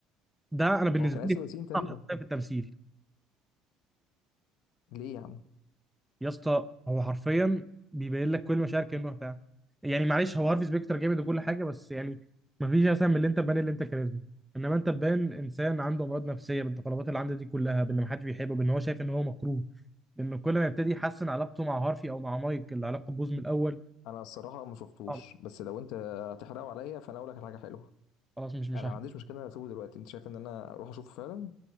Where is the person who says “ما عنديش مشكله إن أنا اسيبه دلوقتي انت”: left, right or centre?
Left